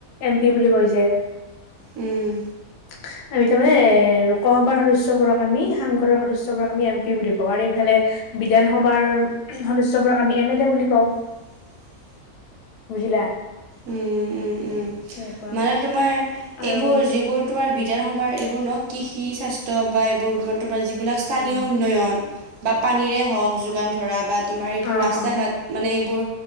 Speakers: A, on the left (about 85°); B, on the right (about 85°).
A: এম পি বুলি কয় যে
B: উম।
A: এতিয়া তাৰমানানে এ, লোকসভাৰ সদস্যবোৰক আমি সাংসদৰ সদস্যবোৰক আমি এম পি বুলি কওঁ আৰু এইফালে বিধানসভাৰ সদস্যবোৰক আমি এম এল এ বুলি কওঁ।
B: <inaudible>
A: বুজিলা?
B: উম, উম, উম,
A: এনেকুৱা
B: মানে তোমাৰ
A: আৰু
B: এইবোৰ যিবোৰ তোমাৰ বিধানসভাৰ এইবোৰ ন' কৃষি স্বাস্থ্য বা এইবোৰ তোমাৰ যি বিলাক স্থানীয়
A: উম
B: উন্নয়ন বা পানীৰে হওক যোগান ধৰা বা তোমাৰ এইবোৰ
A: অ
B: ৰাস্তা
A: অ
B: ঘাট মানে এইবোৰ,